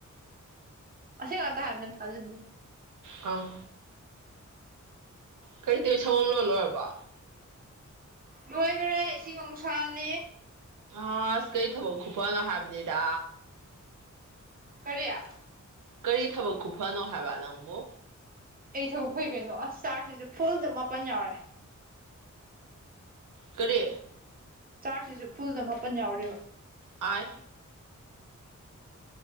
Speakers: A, on the right; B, on the right.
A: ꯑꯁꯤ ꯀꯥꯛ ꯍꯥꯏꯕꯅ ꯊꯥꯖꯟꯗꯤ
B: ꯑ ꯀꯔꯤ ꯇꯧꯅ ꯁꯒꯣꯝ ꯂꯣꯜ ꯂꯣꯏꯔꯕ
A: ꯂꯣꯏꯈꯔꯦ ꯏꯁꯤꯡ ꯑꯃꯨꯛ ꯁꯥꯜꯂꯤ
B: ꯑꯁ ꯀꯩ ꯊꯕꯛ ꯈꯨꯐꯅꯣ ꯍꯥꯏꯕꯅꯤꯗ
A: ꯀꯔꯌꯥ
B: ꯀꯔꯤ ꯊꯕꯛ ꯈꯨꯨꯞꯐꯅꯣ ꯍꯥꯏꯕ ꯅꯪꯕꯨ
A: ꯑꯩ ꯊꯕꯛ ꯐꯨꯏ ꯀꯩꯅꯣ ꯑꯁ ꯆꯥꯔꯁꯤꯁꯨ ꯐꯨꯜꯗ ꯃꯥꯄꯟ ꯌꯥꯎꯔꯦ
B: ꯀꯔꯤ
A: ꯆꯥꯔꯖꯁꯤꯁꯨ ꯐꯨꯜꯗ ꯃꯥꯄꯟ ꯌꯥꯎꯔꯦꯕ
B: ꯑ